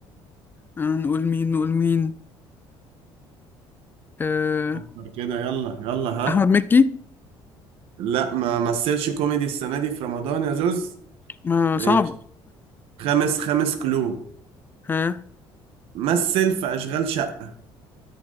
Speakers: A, on the left; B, on the right.
A: آه، نقول مين نقول مين آه،
B: فكر كده يلا يلا ها
A: احمد مكي
B: لا ما مثلش كوميدي السنة دي في رمضان يا زوز
A: ما
B: ماشي
A: صعب
B: خامس خامس كلو
A: ها
B: مثل في اشغال شقة